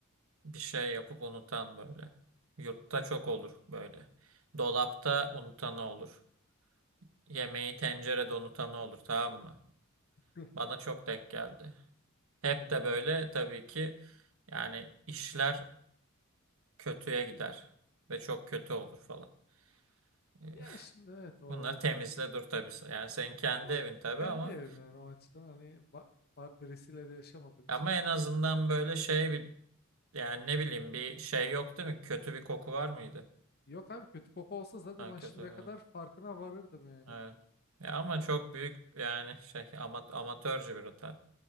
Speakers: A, on the right; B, on the left.
A: Bir şey yapıp unutan böyle. Yurtta çok olur böyle. Dolapta unutanı olur. Yemeği tencerede unutanı olur tamam mı?
B: <laughs>
A: Bana çok denk geldi. Hep
B: Ha.
A: de böyle tabii ki yani işler kötüye gider ve çok kötü olur falan. <laughs>
B: Ya şimdi evet o
A: Bunları temizle dur tabii. Yani senin kendi
B: ama
A: evin tabii
B: kendi
A: ama
B: evim yani o açıdan hani ba- ba- birisiyle de yaşamadığım için
A: ama
B: hani
A: en
B: ama.
A: azından böyle şey bir yani ne bileyim bir şey yok değil mi? Kötü bir koku var mıydı?
B: Yok abi kötü koku olsa zaten
A: Ha,
B: ben
A: kötü.
B: şimdiye kadar farkına varırdım yani.
A: Evet. Ya ama
B: Yani
A: çok büyük yani şey ama, amatörce bir hata.